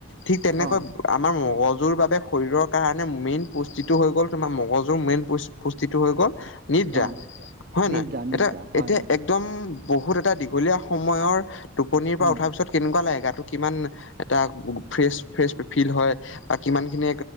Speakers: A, on the left; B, on the right.
A: ঠিক তেনেকৈ
B: অ
A: আমাৰ মগজুৰ বাবে শৰীৰৰ কাৰণে মেইন পুষ্টিটো হৈ গ'ল, তোমাৰ মগজুৰ মেইন পু-পুষ্টিটো হৈ গ'ল নিদ্ৰা।
B: অ।
A: হয়
B: নিদ্ৰা
A: নহয়?
B: নিদ্ৰা
A: এটা এতিয়া
B: হয়
A: একদম বহুত এটা দীঘলীয়া সময়ৰ টোপনিৰ পৰা
B: উম।
A: উঠা পিছত কেনেকুৱা লগে গাটো, কিমান এটা ফ্ৰেছ ফ্ৰেছ ফিল হয়। হয়, বা কিমানখিনি